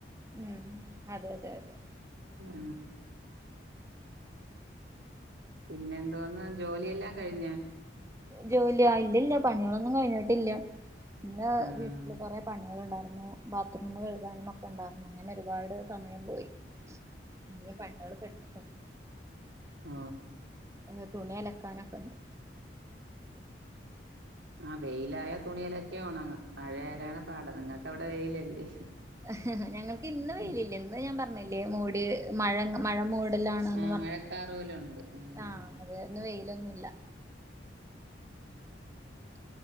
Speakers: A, on the right (about 15°); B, on the right (about 75°).
A: ഉം അതെ അതെ അതെ
B: ആ പിന്നെ എന്ത വന്ന് ജോലിയെല്ലാം കഴിഞ്ഞാ
A: ജോലിയാ ഇല്ലല്ല പണികളൊന്നും കഴിഞ്ഞട്ടില്ല പിന്ന
B: ഉം
A: വീട്ടില് കൊറെ പണികളുണ്ടായി ബാത്റൂം കഴുകാനും ഒക്കെ ഉണ്ടായിരുന്നു അങ്ങനെ ഒരുപാട് സമയം പോയി ഇങ്ങ പണ്ടള് കടിച്ച
B: ആ
A: ഏ തുണിയലക്കാനൊക്കെണ്ട്
B: ആ വെയിലായാ തുണിയലക്കിയാ ഒണങ്ങുംമഴയാലാണ് പാട് നിങ്ങൾക്കവിടെ വെയിലല്ലേ
A: ഹഹഹ ഞങ്ങക്ക് ഇന്ന് വെയിലില്ല
B: ഉം.
A: ഇന്ന് ഞാൻ പറഞ്ഞില്ലേ മൂടി മഴയങ്ങ് മഴ മൂടലാണോന്ന്
B: ആഹ്
A: പറഞ്ഞ
B: മഴക്കാറ് പോലുണ്ട്. ഉം.
A: ആ അതൊണ്ട് വെയിലൊന്നുമല്ല <inaudible>